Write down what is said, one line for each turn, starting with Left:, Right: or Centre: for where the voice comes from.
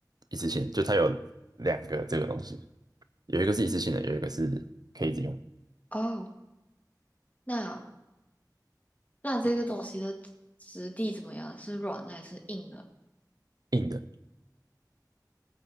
Right: 一次性的，就它有两个这个东西，有一个是一次性的，有一个是可以一直用
Left: 哦，那。那这个东西的质地怎么样？是软的还是硬的？
Right: 硬的。